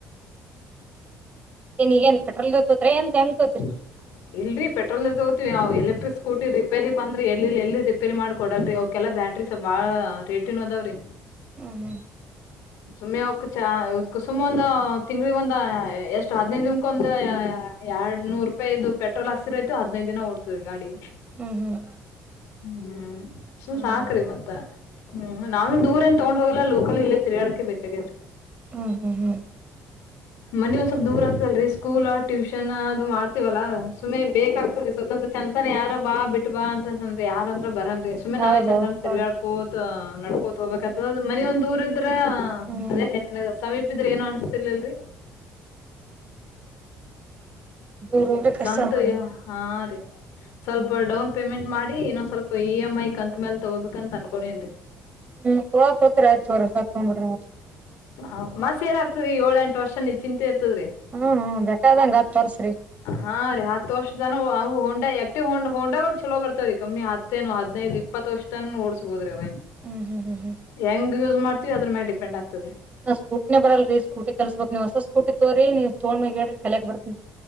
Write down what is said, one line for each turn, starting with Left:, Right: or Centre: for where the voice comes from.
Right: <inaudible> ಏನ್ ಈಗೇನ್ ಪೆಟ್ರೋಲ್ ದೇ ತೊಗೋತಿರಾ ಏನ್ ಟ್ಯಾಂಕ ತೊಗೋತಿರಿ
Left: <inaudible> ಇಲ್ರಿ ಪೆಟ್ರೋಲ್ ದೆ ತಗೋತಿವಿ ಅವು ಎಲೆಕ್ಟ್ರಿಕ್ ಸ್ಕೂಟಿ ರಿಪೇರಿ ಬಂದ್ವು ಅಂದ್ರ ಎಲ್ಲಿ ಎಲ್ಲಿ ರಿಪೇರಿ ಮಾಡಿ ಕೊಡ್ತರ ರೀ ಅವ್ ಕೆಲ್ಲಾ ಬ್ಯಾಟರಿ... ರಿ ಸ್ವಲ್ಪ ಬಾಳ ರೇಟನುವು ಅದಾವ್ರಿ
Right: ಹ್ಮ್ ಹ್ಮ
Left: ಸುಮ್ಮನೆ ಅವುಕ್ ಚ ಇದ್ಕ್ ಸುಮ್ ಒಂದು ತಿಂಗಳಿಗೆ ಒಂದ ಎಷ್ಟ್ ಹದ್ನೈದು ದಿನಕ ಒಂದು ಎರಡ್ ನೂರು ರೂಪಾಯಿ ಇದು ಪೆಟ್ರೋಲ್ ಹಾಕಸಿದರಾಯತು ಹದಿನೈದು ದಿನ ಒಡ್ತದೆ ಗಾಡಿ.
Right: ಹ್ಮ್ ಹ್ಮ್.
Left: ಹ್ಮ್ ಸು
Right: ಹ್ಮ್
Left: ಸಾಕ್ರಿ ಮತ್ತ ಹ್ಮ್ ನಾನ ದೂರ ಎನ್. ತಗೊಂಡ್ ಹೋಗಲ್ಲ ಲೋಕಲ್ ಇಲ್ಲ ತಿರಗ್ಯಡಕ್ ಬೇಕ ಆಗೆದ.
Right: ಹ್ಮ್ ಹ್ಮ್ ಹ್ಮ್.
Left: ಮನೀ ಒಂದ ಸ್ವಪ ದೂರ ಆತ್ವಲ್ರರಿ ಸ್ಕೂಲ್ ಟ್ಯೂಷನ್ ಅದು ಮಾಡ್ತ. ಹೊಗ್ತಿವಲ್ಲ ಸುಮ್ಮ್ನೆ ಬೇಕಾಗ್ತದ ರೀ ಸ್ವತಂತ್ರ ಚಂತಾನ ಯಾರ ಬಾ ಬಿಟ್ಟು ಬಾ ಅಂತ ಅಂದ್ರ ಯಾರಂದ್ರ ಬರಲ್ಲ ರೀ. ಸುಮ್ನೆ
Right: ಹೌದೌದು
Left: ನಾವೇ ಚಂತಾನ ತಿರ್ಗಾಡ್ಕೋತ್
Right: ತೋರಿ
Left: ನಡ್ಕೋತ ಹೋಗಬೇಕತದ ಮನೀ ಒಂದ್ ದೂರ ಇದ್ದ್.
Right: ಹ್ಮ್
Left: ಅದೇ ಸಮೀಪ ಇದ್ರೆ ಏನು ಅನ್ಸತಿರಲಿಲ್ಲರಿ.
Right: <inaudible> ದೂರ ಹೋಗ್ಲಿಕ್ ಕಷ್ಟ
Left: ಕಂತು
Right: ನೋಡ್ರಿ
Left: ಯ್ಯ
Right: ಈಗ
Left: ಹಾ ರೀ ಸ್ವಲ್ಪ
Right: ಹ್ಮ್
Left: ಡೌನ್ ಪೇಮೆಂಟ್. ಪೇಮೆಂಟ್ ಮಾಡಿ ಇನ್ನೊ ಸ್ವಲ್ಪ ಇ ಎಂ ಐ ಕಂತ ಮೇಲೆ ತಗೋಬೇಕ ಅಂತ ಅನ್ಕೊಂಡೇನ್ರಿ.
Right: ಹ್ಮ್ ತೋಳದು ತೊಗೋತಿರಿ ಆಯಿತ್ ತೊಗೊರಿ ಹೊಸದ ತೊಗೊಂಡಬಿಡ್ರಿ ಮತ್ತ.
Left: ಹ ಮತ್ತ್ ಸೆರ್ವಿ ಆಗ್ತದರಿ ಏಳ ಎಂಟು ವರ್ಷ ನಿಚಿಂತೆ ಇರ್ತದ್ರರಿ.
Right: ಹ್ಮ್ ಬೇಕಾದಂಗ ಹತ್ತು ವರ್ಷ ರೀ.
Left: ಹಾ ರೀ ಹತ್ತು ವರ್ಷತನ ಹೋಂಡಾ ಎಕ್ಟಿವ್ ಹೊಂಡಾಗಳ ಚಲೋ ಬರ್ತವೀ ರಿ ಕಂಪನಿ ಅಂದ್ರ ಹತ್ತೇನು ಹದಿನೈದು. ಇಪ್ಪತ್ ವರ್ಷ್ ತನ ಓಡ್ಸ್ಬೋದ್ರಿ ಅವನ್.
Right: ಹ್ಮ್ ಹ್ಮ್ ಹ್ಮ್ ಹ್ಮ್.
Left: ಹೆಂಗ್ ಯೂಸ್ ಮಾಡ್ತತಿವಿ ಅದ್ರ ಮೇಲೆ ಡಿಪೆಂಡ್ ಆಗ್ತದೆ.
Right: ನನಗ ಸ್ಕೂಟಿನೇ ಬರಲ್ಲಲ್ರಿ ಸ್ಕೂಟಿ ಕಲ್ಸಬೆಕ್ ನೀವು ಹೊಸ ಸ್ಕೂಟಿ ತೊಗೊರಿ ನೀವು ತೊಗೊಂಡು ಮ್ಯಾಲ ಹೇಳ್ರಿ ಕಲ್ಯಾಕ್ ಬರ್ತೀನಿ.